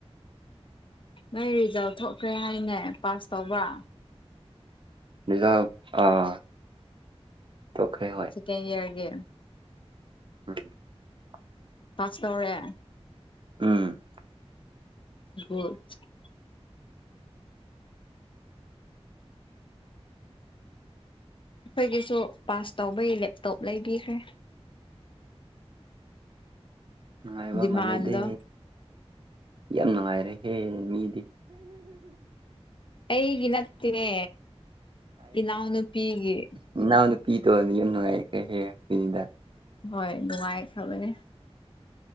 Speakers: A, on the left; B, on the right.
A: ꯅꯣꯏ ꯔꯤꯖꯜ ꯊꯣꯛꯈ꯭ꯔꯦ ꯍꯥꯏꯅꯦ ꯄꯥꯁ ꯇꯧꯕ꯭ꯔꯥ
B: ꯔꯤꯖꯜ ꯑꯥ ꯇꯣꯛꯀꯔ‌ꯦ ꯍꯣꯏ
A: ꯀꯩ ꯏꯌꯥꯔ ꯒꯤ
B: <unintelligible>
A: ꯄꯥꯁ ꯇꯧꯔꯦ
B: ꯎꯝ
A: <unintelligible> ꯑꯩꯈꯣꯏꯒꯤꯁꯨ ꯄꯥꯁ ꯇꯧꯕꯒꯤ ꯂꯦꯞꯇꯣꯞ ꯂꯩꯕꯤꯈ꯭ꯔꯦ
B: ꯉꯅꯨꯡꯥꯏꯕ
A: ꯗꯤꯃꯥꯟꯗꯣ
B: ꯃꯂꯗꯤ ꯌꯥꯝ ꯅꯨꯡꯉꯥꯏꯔꯦꯍꯦ ꯃꯤꯗꯤ
A: ꯑꯩꯒꯤ ꯅꯠꯇꯦꯅꯦ ꯏꯅꯥꯎ ꯅꯨꯄꯤꯒꯤ
B: ꯅꯅꯥꯍꯎ ꯅꯨꯄꯤ ꯇꯣꯔꯅꯤ ꯌꯥꯝ ꯅꯨꯡꯉꯥꯏꯌꯦ ꯀꯩꯍꯦ ꯍꯥꯏ ꯀꯅꯤꯗ
A: ꯍꯣꯏ ꯅꯨꯡꯉꯥꯏꯈ꯭ꯔꯕꯅꯦ